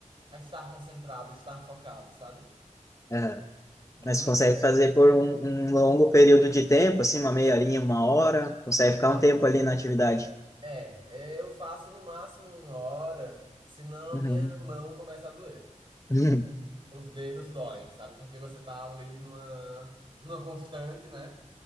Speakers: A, on the right; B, on the left.
A: a estar concentrado, estar focado, sabe?
B: É.
A: Muito,
B: Mas tu consegue
A: muito,
B: fazer
A: muito.
B: por um, um longo período de tempo, assim, uma meia horinha, uma hora? Consegue
A: Então,
B: ficar um tempo ali na atividade?
A: é, eu faço no máximo uma hora, senão
B: Uhum.
A: a minha mão começa a doer.
B: <laughs>
A: Os dedos doem, sabe? Porque você tá ali numa, numa constante, né?